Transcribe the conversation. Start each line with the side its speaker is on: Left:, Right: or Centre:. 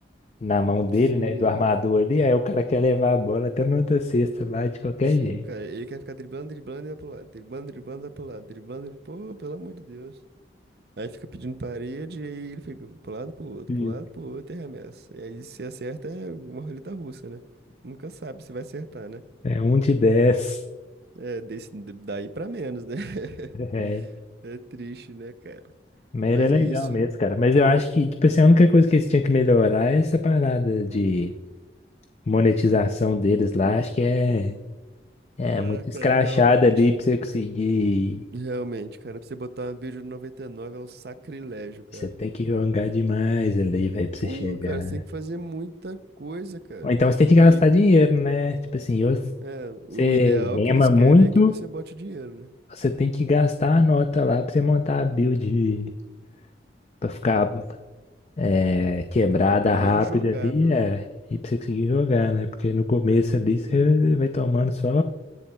Left: na mão dele,
Right: Sim,
Left: né? Do armador ali. Aí o cara quer levar a bola até na outra cesta lá de qualquer
Right: sim,
Left: jeito.
Right: cara. Ele quer ficar driblando, driblando e vai pro lado, driblando, driblando, vai pro lado, driblando, driblando. Pô, pelo amor de Deus. Aí fica pedindo parede, e aí ele fica pro lado, pro outro,
Left: Sim.
Right: pro lado, pro outro e arremessa. E aí se acerta é uma roleta russa, né? Nunca sabe se vai acertar, né?
Left: É um de dez. <laughs>
Right: É, desse, daí pra menos, né? <laughs>
Left: É.
Right: É triste, né, cara?
Left: Mas
Right: Mas
Left: ele é legal
Right: é isso.
Left: mesmo, cara. Mas eu acho que, tipo assim, a única coisa que eles tinham que melhorar é essa parada de monetização deles lá. Acho que é. É
Right: Ah,
Left: muito escrachado
Right: cara, realmente.
Left: ali pra você conseguir.
Right: Realmente, cara, pra você botar uma build no 99 é um sacrilégio, cara.
Left: Você tem que jogar demais ali, velho, pra
Right: Pô,
Left: você chegar.
Right: cara, você tem que fazer muita coisa, cara.
Left: Ou então você tem que gastar
Right: E aí,
Left: dinheiro, né? Tipo assim, ou
Right: é,
Left: você
Right: o ideal
Left: rema
Right: que eles querem
Left: muito,
Right: é que você bote dinheiro, né?
Left: você tem que gastar a nota lá pra você montar a build pra ficar é, quebrada
Right: Pra ficar pelo
Left: rápida
Right: menos jogável,
Left: ali, é.
Right: né?
Left: E pra você conseguir jogar, né? Porque no começo ali você vai tomando só,